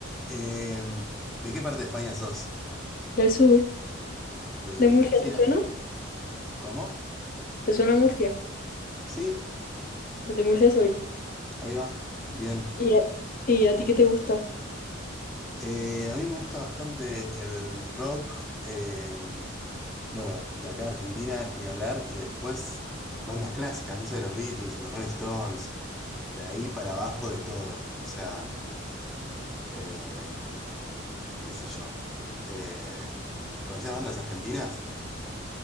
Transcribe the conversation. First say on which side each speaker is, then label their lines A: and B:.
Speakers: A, in the centre; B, on the left.
A: Em, ¿de qué parte de España sos?
B: Del sur,
A: ¿De
B: de
A: Andalucía?
B: Murcia, ¿te suena?
A: ¿Cómo?
B: ¿Te suena Murcia?
A: ¿Sí?
B: Pues de Murcia soy.
A: Ahí va, bien.
B: ¿Y a, y a ti qué te gusta?
A: Eh, a mí me gusta bastante el rock, eh, bueno, de acá a Argentina, ni hablar, y después bandas clásicas, no sé, los Beatles, los Rolling Stones, de ahí para abajo de todo, o sea, eh, qué sé yo. Eh, ¿conocías bandas argentinas?